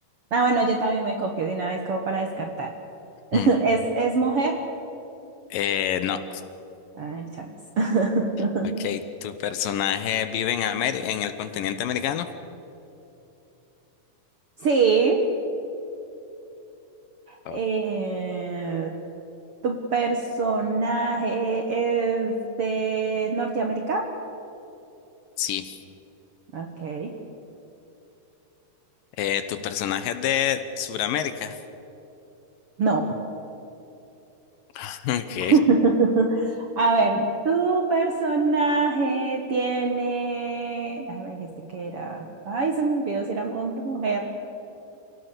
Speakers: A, on the right; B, on the left.
A: Ah, bueno, yo también me copio de una vez como para descartar. <laughs>
B: Mm.
A: ¿Es, es mujer?
B: Eh, no.
A: Ay, chance. <laughs>
B: Ok, ¿tu personaje vive en Ameri- en el continente americano?
A: Sí.
B: Ok,
A: Eh, ¿tu personaje es de Norteamérica?
B: sí.
A: Ok.
B: Eh, ¿tu personaje es de Sudamérica?
A: No.
B: <laughs> Ok,
A: <laughs> A ver, tu personaje tiene. A ver, este que era. Ay, se me olvidó si era hombre o mujer.